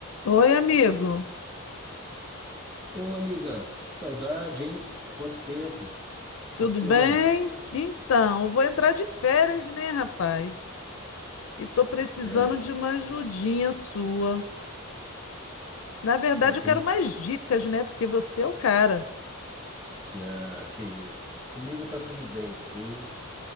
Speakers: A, on the left; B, in the centre.
A: Oi, amigo.
B: Ô, amiga, saudade, hein? Quanto tempo? O
A: Tudo
B: que que você
A: bem?
B: manda?
A: Então, eu vou entrar de férias, né, rapaz? E tô precisando
B: Férias.
A: de uma ajudinha sua. Na verdade,
B: É, comi...
A: eu quero mais dicas, né? Porque você é o cara.
B: Ah, que isso. Comigo tá tudo bem, sim.